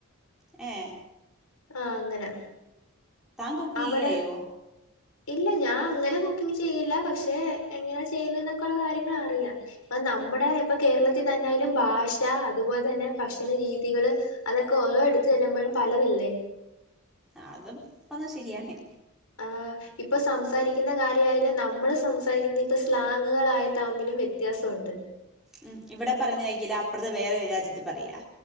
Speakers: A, in the centre; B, on the left (about 75°).
A: ഏ.
B: ആഹ് അങ്ങനാ
A: താൻ കുക്കിങ്
B: അവിടെ
A: ചെയ്യോ
B: ഇല്ല ഞാൻ അങ്ങനെ ചെയ്യല്ല പക്ഷെ എങ്ങനാ ചെയ്യൊന്നൊ ക്കെള്ള കാര്യങ്ങള റിയാം ഇപ്പൊ നമ്മുടെ ഇ കേരളത്തിൽന്നെ ന്തായാലും ഭാഷ അതുപോലെ തന്നെ ഭക്ഷണ രീതികള് അതൊക്കെ ഓരോ എടുത്ത്ു ചെ ല്ലമ്പോഴും പലതല്ലേ?
A: അത പറഞ്ഞത് ശരിയാണ്.
B: ആ് ഇപ്പൊ സംസാരിക്കുന്ന കാര്യ നമ്മള് സംസാരിക്കുന്ന ഇപ്പ സ്ലാങ്ങുകളായ തമ്മിലും വ്യത്യാസമുണ്ട്.
A: ഉം ഇവിടെ പറയുന്ന ക്കില്ല അപ്പർത് വേറെ രാജ്യത്ത് പറയാഹ്.